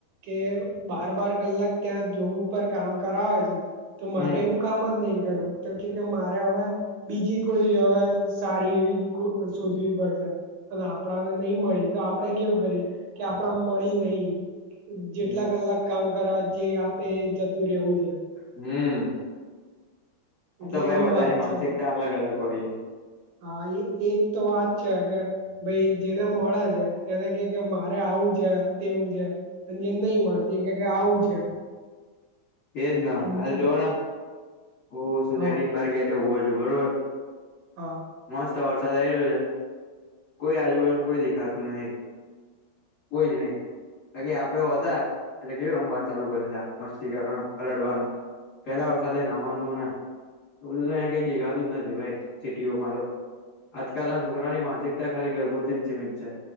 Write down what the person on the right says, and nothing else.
કે બાર બાર કલાક ત્યાં જોબ ઉપર કામ કરાવે છે તો
મારે એવું કામ જ નહીં કરવું તો કે કે મારે હવે બીજી કોઈ હવે સારી એવી શોધવી પડશે અને આપણાને નહી મળી તો આપડે કેવું કરીએ કે આપડા મળી નહીિ જેટલા
કલાક કામ કરા જે આપે એ જતું રહેવું છે
એટલે
એવી
વાત
છે
હા એ એજ તો વાત છે હગે ભાઈ જેને મળે છે એને કે કે મારે આવું છે તેવું છે ત જેન નહી માતી કે આવું છે
કે
હ
હા